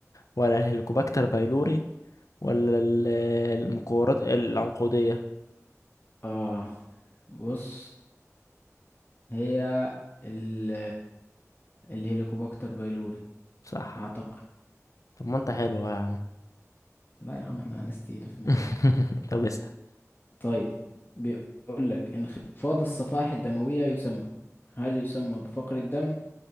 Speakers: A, on the left (about 85°); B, on the left (about 40°).
A: ولا الهيليكوباكتر بايلوري ولا ال- المكورات العنقودية
B: اه بص هي ال الهيليكوباكتر بايلوري
A: صح
B: اعتقد
A: طب ما انت حلو بقى يا عم
B: لا يا عم احنا ناس تقيلة في المجال
A: <laughs> طب اسأل
B: طيب بيقول لك انخفاض الصفائح الدموية يسمى هل يسمى بفقر الدم